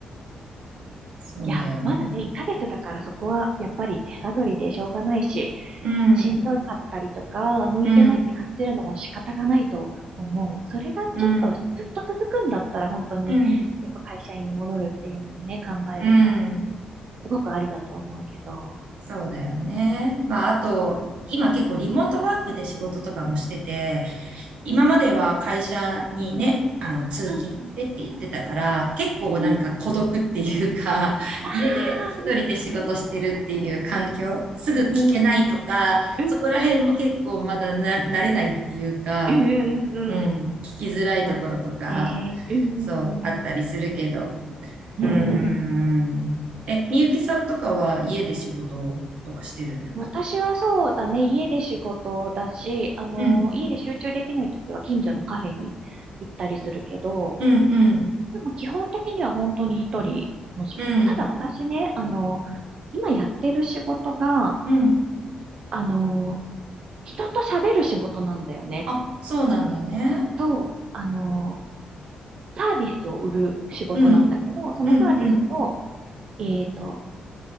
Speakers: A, on the right (about 70°); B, on the right (about 45°).
A: そうだよね。
B: いや、まだね、1ヶ月だからそこはやっぱり手探りでしょうがないし、
A: うん、
B: しんどかったりとか、向いてないって感じるのも仕方がないと思う。
A: うん、
B: それがちょっとずっと続くんだったら本当に、
A: うん、うん、
B: やっぱ会社員に戻るっていうのもね、考えるの、
A: うん。
B: すごくありだと思うけど。
A: そうだよね。まあ、あと、
B: うん、
A: 今結構リモートワークで仕事とかもしてて、今までは会社にね、
B: うん、
A: あの、通勤してって言ってたから、
B: うん、
A: 結構なんか孤独っていうか、
B: うん。うんあ
A: <laughs> 家で一人で仕事してるっていう環境、
B: あ、
A: すぐ聞けないとか、
B: ん、うん、うん、
A: そこら辺も結構まだな、慣れないっていうか、
B: うん、うん、うん、うん、
A: うん、
B: うん、うん、うん、うん、
A: 聞きづらいところとか、
B: そうだよね。うん、
A: そう、あったりするけど、
B: うん、うん、
A: うー
B: うん。
A: ん。え、みゆきさんとかは家で仕事とかしてるの
B: 私はそうだね、家で仕事だし、あの、
A: うん、
B: 家で集中できないときは近所のカフェに行ったりするけど、
A: うん、うん、
B: でも基本的には本当に一人の仕事。
A: うん、
B: ただ私ね、あの、今やってる仕事が、
A: うん。
B: あの、人と喋る仕事なんだよね。
A: あ、そうなんだね。
B: そう、あの、サービスを売る仕事なんだけど、
A: うん、
B: そのサービスを、
A: うん、うん、
B: えっと、